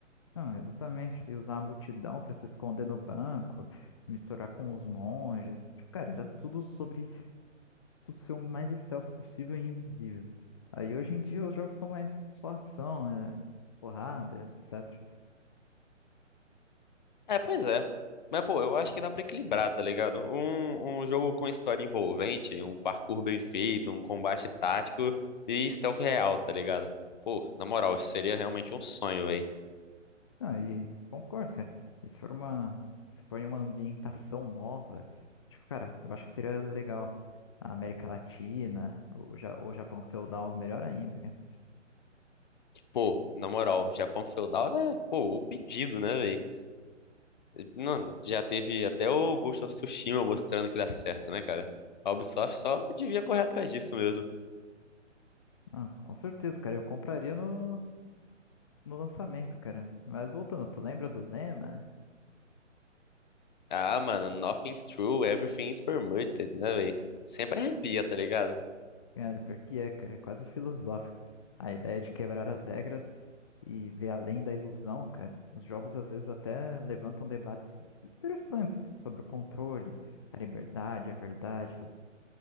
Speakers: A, on the left; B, on the left.
A: Não, exatamente. E usar a multidão para se esconder no banco, misturar com os monges. Tipo, cara, era tudo sobre tu ser o mais stealth possível e invisível. Aí hoje em dia os jogos são mais só ação, é, porrada, etc.
B: É, pois é. Mas, pô, eu acho que dá pra equilibrar, tá ligado? Um, um jogo com história envolvente, um parkour bem feito, um combate tático e stealth real, tá ligado? Pô, na moral, isso seria realmente um sonho, velho.
A: Ah, e concordo, cara. E se for uma, se for em uma ambientação nova, tipo, cara, eu acho que seria legal. A América Latina, o, Ja- o Japão feudal, melhor ainda, cara.
B: Pô, na moral, Japão feudal é, pô, o pedido, né, velho? Não, já teve até o Ghost of Tsushima mostrando que dá certo, né, cara? A Ubisoft só devia correr atrás disso mesmo.
A: Não, com certeza, cara, eu compraria no. no lançamento, cara. Mas voltando, tu lembra do lema?
B: Ah, mano, nothing's true, everything's permitted, né, velho? Sempre arrepia, tá ligado?
A: Cara, pior que é, cara, é quase filosófico. A ideia de quebrar as regras e ver além da ilusão, cara. Os jogos às vezes até levantam debates interessantes sobre o controle, a liberdade, a verdade.